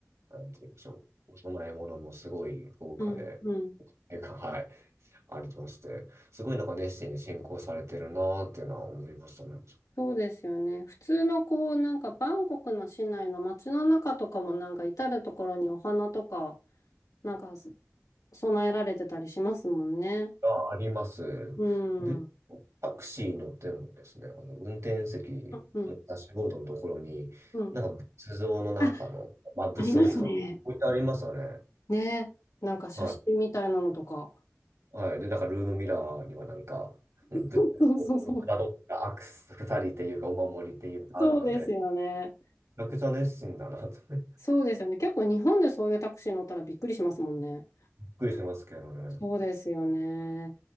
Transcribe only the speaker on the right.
う、なんて言いましょう、お供え物もすごい豪華で、
ていうか、はい、ありまして、すごいなんか熱心に進行されてるなーっていうのは思いましたね。
があります。
で、
タクシー乗ってもですね、あの運転席のダッシュボードのところに、
なんか仏像のなんかあの、
まあ仏像ですかね。
置いてありますよね。
はい。はい。で、なんからルームミラーにはなんか、うん仏像のかたどったアクセサリーっていうかお守りっていうかあるので、
めちゃくちゃ熱心だなと <laughs> びっ
くりしますけどね。